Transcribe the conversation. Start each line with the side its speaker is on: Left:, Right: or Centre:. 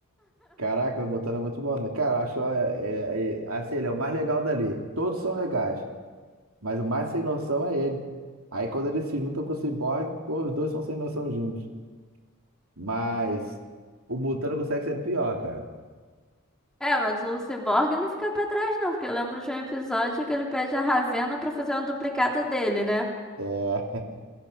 Right: Caraca, o Mutano é muito bom. Cara, eu acho é, é, é, assim, ele é o mais legal dali. Todos são legais. Mas o mais sem noção é ele. Aí quando ele se junta com o Cyborg, pô, os dois são sem noção juntos. Mas o Mutano consegue ser pior, cara.
Centre: É, mas o Cyborg não fica pra trás, não, porque eu lembro de um episódio que ele pede a Ravenna pra fazer uma duplicata dele, né?
Right: É,